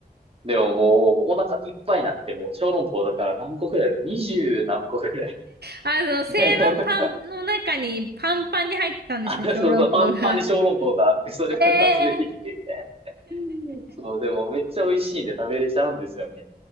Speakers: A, on the right (about 35°); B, on the right (about 75°).
A: でももう、お腹いっぱいになっても、小籠包だから何個くらいある ?20 何個くらい
B: あの、せいろパンの中にパンパンに入ってたんですね、
A: <laughs> <laughs> あ、そうそう、
B: 小籠包が。
A: パンパンに小籠包があって、それが2つ出てきてみた
B: ええー
A: いな。そう、でもめっちゃ美味しいんで食べれちゃうんですよね。